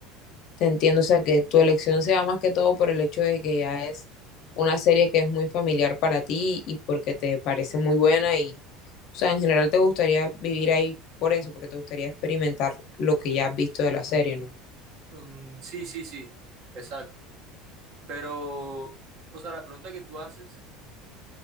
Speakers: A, on the left; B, on the right.
A: Te entiendo, o sea, que tu elección sea más que todo por el hecho de que ya es una serie que es muy familiar para ti y porque te parece muy buena y, o sea, en general te gustaría vivir ahí por eso, porque te gustaría experimentar lo que ya has visto de la serie, ¿no?
B: Mm, sí, sí, sí, exacto. Pero, o sea, la pregunta que tú haces